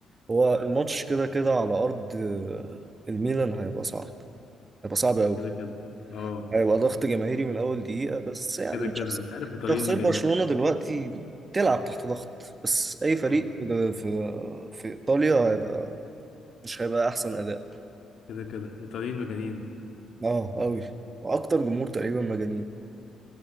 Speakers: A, on the right; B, on the left.
A: هو الماتش كده كده على ارض آه، الميلان هيبقى صعب هيبقى صعب قوي
B: كده كده اه
A: هيبقى ضغط جماهيري من اول دقيقة بس يعني
B: كده كده
A: شخص
B: انت عارف الايطاليين
A: شخصية
B: مجانين
A: برشلونة دلوقتي بتلعب تحت ضغط بس اي فريق
B: اه
A: ده في في ايطاليا هيبقى مش هيبقى احسن اداء
B: كده كده ايطاليين مجانين
A: اه قوي واكتر جمهور تقريبا مجانين